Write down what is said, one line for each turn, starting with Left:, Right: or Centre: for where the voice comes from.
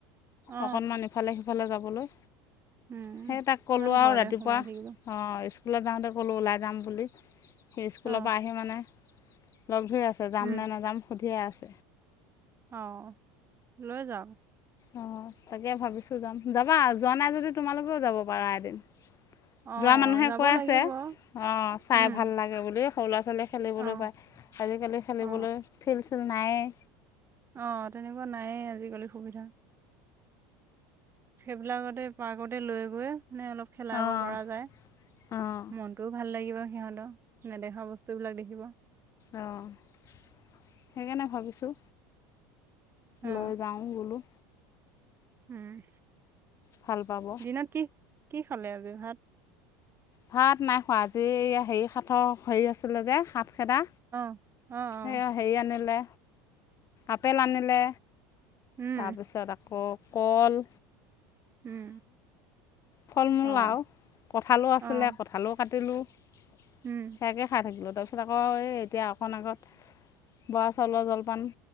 Right: অ
Left: অকণমান ইফালে সিফালে যাবলৈ।
Right: উম
Left: সেই তাক ক'লোঁ
Right: কিমান
Left: আৰু
Right: ঘৰতে
Left: ৰাতিপুৱা
Right: সোমাই থাকিব।
Left: অঁ স্কুলত যাওঁতে ক'লোঁ ওলাই যাম বুলি সেই স্কুলৰ
Right: অ
Left: পৰা আহি মানে। লগ ধৰি আছে যাম
Right: উম
Left: নে নাযাম সুধিয়ে আছে।
Right: অ লৈ যাাম।
Left: অ তাকে ভাবিছো যাম যাবা যোৱা নাই যদি তোমালোকেও যাব পাৰা এদিন।
Right: অ
Left: যোৱা মানুহে
Right: যাব
Left: কৈ
Right: লাগিব
Left: আছে অ চাই
Right: উম
Left: ভাল লাগে বুলি সৰু লৱা ছোৱালীয়ে খেলিবলৈ
Right: অ
Left: পায় আজিকালি খেলিবলৈ
Right: অ
Left: ফিল্ড চিল নায়েই।
Right: আহ তেনেকুৱা নাইয়ে আজিকালি সুবিধা। সেইবিলাকতে পাৰ্কতে লৈ গৈ মানে অলপ খেলাব
Left: অঁ
Right: পৰা যায়।
Left: অঁ
Right: মনটোও ভাল লাগিব সিহঁতৰ নেদেখা বস্তুবিলাক দেখিব।
Left: অঁ সেইকাৰণে ভাবিছোঁ।
Right: অ
Left: লৈ যাওঁ বোলো।
Right: উম।
Left: ভাল পাব।
Right: দিনত কি কি খালে আজি ভাত?
Left: ভাত নাই খোৱা আজি হে সাতৰ হেৰি আছিলে যে সাত খেদা
Right: অ', অ', অ',
Left: সেয়া হেৰি আনিলে আপেল আনিলে
Right: উম,
Left: তাৰপিছত আকৌ কয়
Right: উম।
Left: ফল মূল
Right: অ',
Left: আৰু কঁঠালো
Right: অ',
Left: আছিলে কঁঠালও কাটিলোঁ সেয়াকে
Right: উম,
Left: খাই থাকিলোঁ। তাৰপিছত আকৌ এই এতিয়া অকণ আগত বৰা চাউলৰ জলপান-